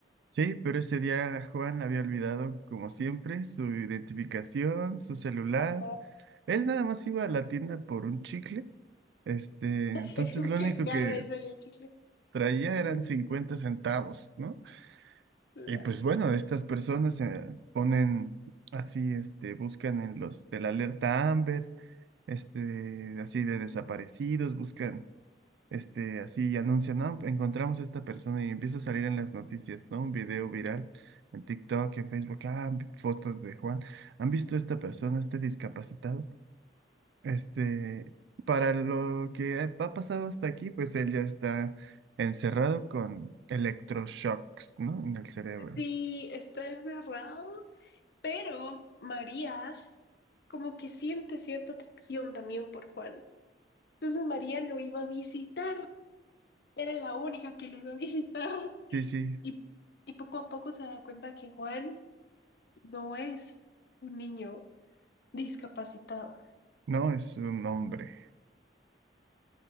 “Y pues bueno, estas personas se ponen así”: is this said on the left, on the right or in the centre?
Right